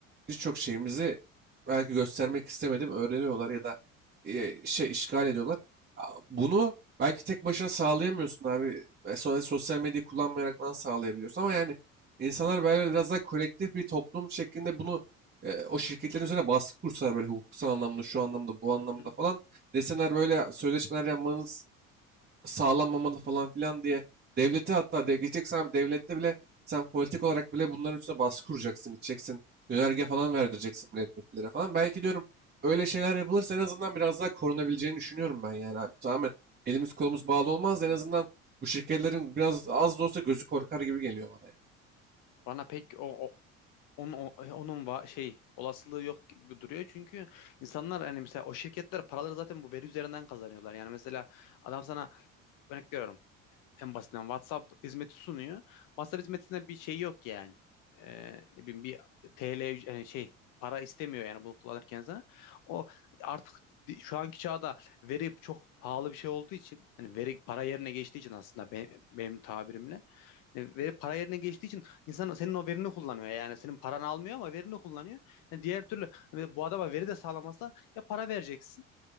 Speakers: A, on the right (about 25°); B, on the left (about 55°).
A: birçok şeyimizi belki göstermek istemedim öğreniyorlar ya da e, şey işgal ediyorlar. A- Bunu belki tek başına sağlayamıyorsun abi. E, Sonra sosyal medyayı kullanmayarak falan sağlayabiliyorsun. Ama yani insanlar böyle biraz daha kolektif bir toplum şeklinde bunu e, o şirketlerin üzerine baskı kursalar böyle hukuksal anlamda, şu anlamda, bu anlamda
B: Hı.
A: falan deseler böyle sözleşmeler yapmanız sağlanmamalı falan filan diye devleti hatta de, gideceksen abi devlette bile sen politik olarak bile bunların üstüne baskı kuracaksın. Gideceksin yönerge falan verdireceksin milletvekillere falan. Belki diyorum öyle şeyler yapılırsa en azından biraz daha korunabileceğini düşünüyorum ben yani abi. Tamamen elimiz kolumuz bağlı olmaz da en azından bu şirketlerin biraz az da olsa gözü korkar gibi geliyor bana yani.
B: Bana pek o, Onun, onun va- şey olasılığı yok gibi duruyor. Çünkü insanlar hani mesela o şirketler paraları zaten bu veri üzerinden kazanıyorlar. Yani mesela adam sana örnek veriyorum en basitinden WhatsApp hizmeti sunuyor. WhatsApp hizmetinde bir şey yok yani. Ee, ne bileyim bir TL üc- yani şey para istemiyor yani bunu kullanırken sana. O artık di- şu anki çağda veri çok pahalı bir şey olduğu için hani veri para yerine geçtiği için aslında be- benim, tabirimle e, Veri para yerine geçtiği için insan senin o verini kullanıyor. Yani senin paranı almıyor ama verini kullanıyor. Yani diğer türlü hani bu adama veri de sağlamazsan ya para vereceksin